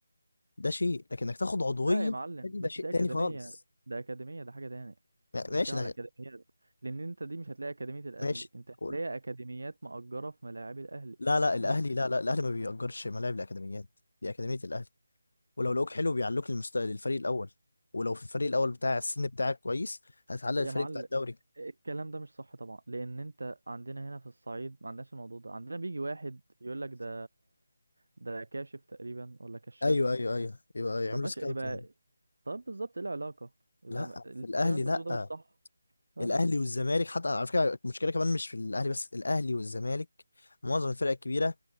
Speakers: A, on the left; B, on the right.
A: ده شيء لكن انك تاخد عضويه
B: لا يا معلم
A: في النادي
B: بس
A: ده شيء
B: دي أكاديمية
A: تاني خالص
B: ده أكاديمية ده حاجة تانية أنت
A: ما- ماشي
B: بتتكلم
A: ده
B: على
A: غ-
B: أكاديميات لأن أنت دي مش هتلاقي أكاديمية الأهلي
A: ماشي
B: أنت هتلاقي
A: قول
B: أكاديميات مأجرة في ملاعب الأهلي
A: لا لا الاهلي
B: ده حاجة تانية.
A: لا لا الاهلي ما بيأجرش ملاعب الاكاديميات دي اكاديميه الاهلي ولو لقوك حلو بيعلوك للمست... للفريق الاول ولو في الفريق الاول بتاع السن بتاعك كويس هتعلق
B: يا
A: الفريق
B: معلم
A: بتاع الدوري
B: الكلام ده مش صح طبعا لأن أنت عندنا هنا في الصعيد ما عندناش الموضوع ده عندنا بيجي واحد يقول لك ده ده كاشف تقريبا ولا كشاف
A: ايوه ايوه ايوه يبقى يعملوا
B: طب ماشي
A: سكاوتنج
B: يبقى طب بالظبط إيه العلاقة يبقى
A: لا
B: ما- الكلام
A: في الاهلي
B: اللي أنت
A: لا
B: بتقوله ده مش صح لا
A: الاهلي
B: لا لا
A: والزمالك حتى على فكره المشكله كمان مش في الاهلي بس الاهلي والزمالك معظم الفرق الكبيره